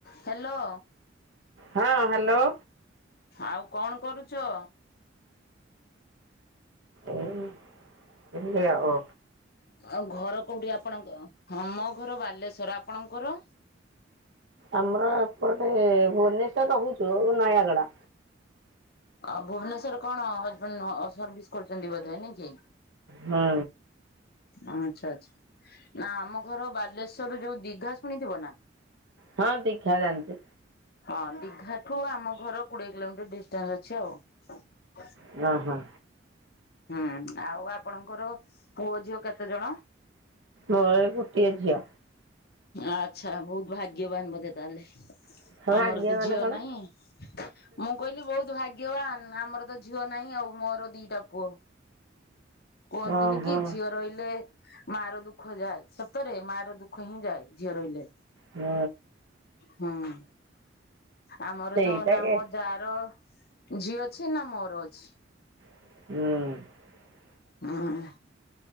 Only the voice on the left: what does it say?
hello!
ଆଉ କଣ କରୁଛ?
ଆଉ ଘର କୋଉଠି ଆପଣଙ୍କ ହଁ ମୋ ଘର ବାଲେଶ୍ଵର, ଆପଣଙ୍କର?
ଆ ଭୁବନେଶ୍ଵର କଣ ହଜବେଣ୍ଟ୍ ଅ ସର୍ଭିସ କରୁଛନ୍ତି ବୋଧେ ନାଇ କି?
ଆଚ୍ଛା ଆଚ୍ଛା ନା ଆମ ଘର ବାଲେଶ୍ଵରରୁୁ ଯୋଉ ଦିଘା ଶୁଣିଥିବ ନା।
ହଁ ଦିଘା ଠୁ ଆମ ଘର କୋଡିଏ କିଲୋମିଟର ଡିଷ୍ଟାନ୍ସ ଅଛି ଆଉ।
ହୁଁ ଆଉ ଆପଣଙ୍କର ପୁଅ ଝିଅ କେତେ ଜଣ?
ଆଛା ବହୁତ ଭାଗ୍ୟବାନ ବୋଧେ ତାହେଲେ।
ଆମର
ତ
ଝିଅ
ନାହିଁ ମୁଁ କହିଲି ବହୁତ ଭାଗ୍ୟ। ଗ୍ୟବାନ୍ ଆମର ତ ଝିଅ ନାହିଁ ଆଉ ମୋର ଦିଟା ପୁଅ। କୁହନ୍ତିନି
କି ଝିଅ ରହିଲେ ମା ର ଦୁଃଖ ଯାଏ ସତରେ ମା ର ଦୁଃଖ ଦୁଃଖ ହିଁ ଯାଏ ଝିଅ ରହିଲେ।
ହୁଁ ଆମର
ତ ନା
ମୋ ଯାର ଝିଅ ଅଛି ନା ମୋର ଅଛି।
ହୁଁ।